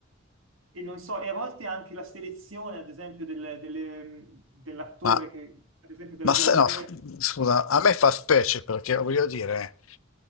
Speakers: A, on the right; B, on the left.
A: e non so, e a volte anche la selezione, ad esempio, del- delle- mh, dell'attore,
B: Ma,
A: che, ad esempio della
B: ma
A: voce,
B: se no, s- scusa, a me fa specie perché voglio dire,